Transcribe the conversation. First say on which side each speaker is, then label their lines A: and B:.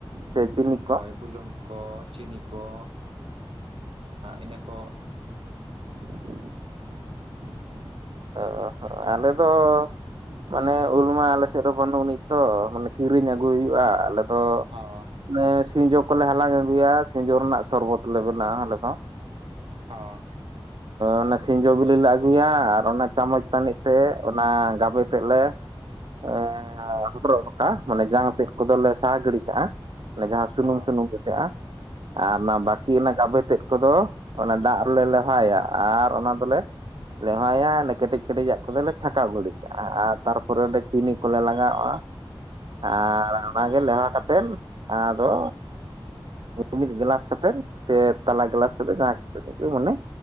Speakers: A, on the right; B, on the right.
A: ᱥᱮ ᱪᱤᱱᱤ
B: ᱦᱳᱭ!
A: ᱠᱚ
B: ᱵᱩᱞᱩᱝ ᱠᱚ ᱪᱤᱱᱤ ᱠᱚ, ᱤᱱᱟᱹ ᱠᱚ
A: <inaudible> ᱚ ᱟᱞᱮ ᱫᱚ ᱢᱟᱱᱮ ᱩᱞ ᱢᱟ ᱟᱞᱮ ᱥᱮᱫ ᱨᱮ ᱵᱟᱹᱱᱩᱜᱱᱤᱡ ᱛᱚ ᱢᱟᱱᱮ ᱠᱤᱨᱤᱧ ᱟᱹᱜᱩᱭ ᱦᱩᱭᱩᱜᱼᱟ, ᱟᱞᱮ ᱫᱚ
B: ᱦᱚᱸ
A: ᱚᱱᱮ ᱥᱤᱸᱡᱚ ᱠᱚᱞᱮ ᱦᱟᱞᱟᱝ ᱟᱹᱜᱩᱭᱼᱟ, ᱥᱤᱸᱡᱳ ᱨᱮᱱᱟᱜ ᱥᱚᱨᱵᱚᱛ ᱞᱮ ᱵᱮᱱᱟᱜᱣᱟ ᱟᱞᱮ ᱫᱚ
B: ᱦᱚᱸ
A: ᱚᱱᱟ ᱥᱤᱸᱡᱚ ᱵᱤᱞᱤ ᱞᱮ ᱟᱹᱜᱩᱭᱟ ᱟᱨ ᱚᱱᱟ ᱪᱟᱢᱚᱪ ᱛᱟᱹᱱᱤᱡ ᱛᱮ ᱚᱱᱟ ᱜᱟᱵᱮ ᱛᱮᱫ ᱞᱮ ᱮ ᱦᱚᱴᱚᱨ ᱩᱰᱩᱠ ᱚᱱᱠᱟ ᱢᱟᱱᱮ ᱡᱟᱝ ᱛᱮᱫ ᱠᱚᱫᱚᱞᱮ ᱥᱟᱦᱟ ᱜᱤᱰᱤ ᱠᱟᱜᱼᱟ, ᱢᱟᱱᱮ ᱡᱟᱦᱟᱸ ᱥᱩᱱᱩᱢ
B: ᱦᱚᱸ
A: ᱥᱩᱱᱩᱢ ᱜᱮᱴᱟᱹᱜᱼᱟ᱾ ᱟᱨ ᱚᱱᱟ ᱵᱟᱹᱠᱤ ᱨᱮᱱᱟᱜ ᱜᱟᱵᱮ ᱛᱮᱫ ᱠᱚᱫᱚ ᱚᱱᱟ ᱫᱟᱜ ᱨᱮᱞᱮ ᱞᱮ ᱞᱮᱣᱦᱟᱭᱟ ᱟᱨ ᱟᱱᱟ ᱫᱚᱞᱮ ᱞᱮᱣᱟᱭᱟ ᱚᱱᱮ ᱠᱮᱴᱮᱡ ᱠᱮᱴᱮᱡ ᱟᱜ ᱠᱚᱫᱚᱞᱮ ᱪᱷᱟᱸᱠᱟᱣ ᱜᱤᱰᱤ ᱠᱟᱜᱼᱟ ᱟᱨ ᱛᱟᱨᱯᱚᱨᱮ ᱚᱸᱰᱮ ᱪᱤᱱᱤ ᱠᱚᱞᱮ ᱞᱟᱜᱟᱣᱼᱟ᱾ ᱟᱨ
B: ᱦᱮᱸ
A: ᱚᱱᱟᱜᱮ ᱞᱮᱣᱦᱟ ᱠᱟᱛᱮᱫ ᱟᱫᱚ ᱢᱤ-ᱢᱤᱫ ᱜᱞᱟᱥ ᱠᱟᱛᱮ ᱥᱮ ᱛᱟᱞᱟ ᱜᱞᱟᱥ ᱠᱟᱛᱮ ᱡᱟᱦᱟᱸᱭ ᱢᱟᱱᱮ